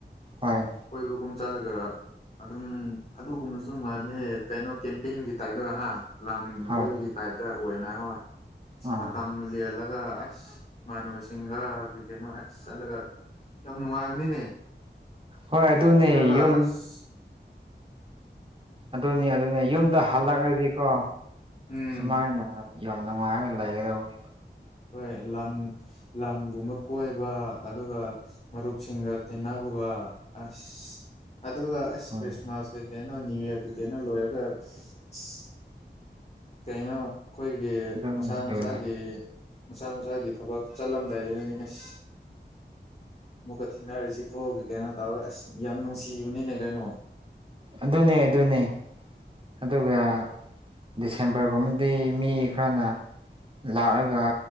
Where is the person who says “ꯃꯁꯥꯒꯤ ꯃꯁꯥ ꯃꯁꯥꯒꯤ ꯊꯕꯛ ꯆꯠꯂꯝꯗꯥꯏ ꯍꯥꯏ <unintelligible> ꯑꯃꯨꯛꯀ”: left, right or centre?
Left